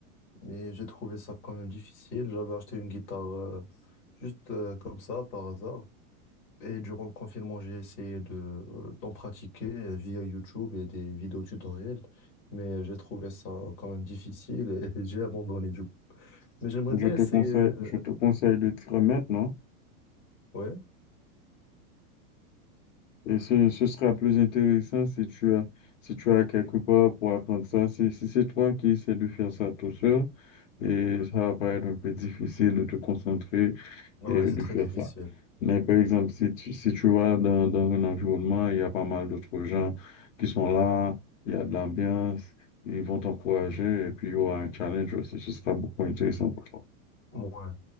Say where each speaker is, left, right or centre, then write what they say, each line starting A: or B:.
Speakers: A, on the left; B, on the left.
A: mais j'ai trouvé ça quand même difficile. J'avais acheté une guitare euh, juste euh, comme ça, par hasard. Et durant le confinement, j'ai essayé de euh, d'en pratiquer euh, via YouTube et des vidéos tutoriels, mais j'ai trouvé ça quand même difficile et <laughs> j'ai abandonné du coup. Mais j'aimerais
B: Je
A: bien
B: te
A: essayer.
B: conseille,
A: euh,
B: je te conseille de t'y remettre, non?
A: Ouais,
B: Et ce, ce sera plus intéressant si tu as, si tu as quelque part pour apprendre ça. Si, si c'est toi qui essaies de faire ça tout seul, et ça va paraître un peu difficile de te concentrer
A: ouais,
B: et
A: c'est
B: de
A: très
B: faire
A: difficile.
B: ça. Mais par exemple, si tu, si tu vas dans, dans un environnement, il y a pas mal d'autres gens qui sont là, il y a de l'ambiance, ils vont t'encourager et puis il y aura un challenge aussi. Ce sera beaucoup intéressant pour toi.
A: Ouais.